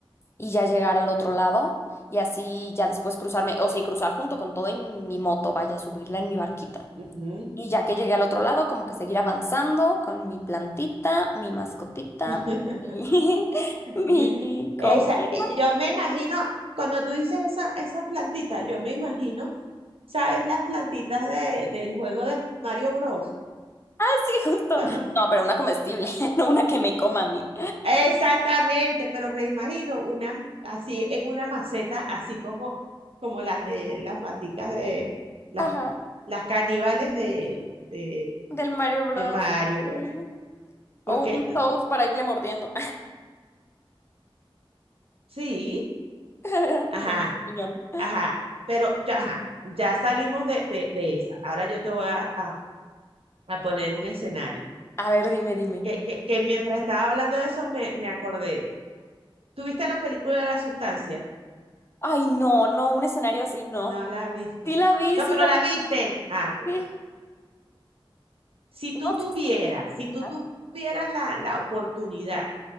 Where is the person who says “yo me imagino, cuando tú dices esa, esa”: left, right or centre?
Right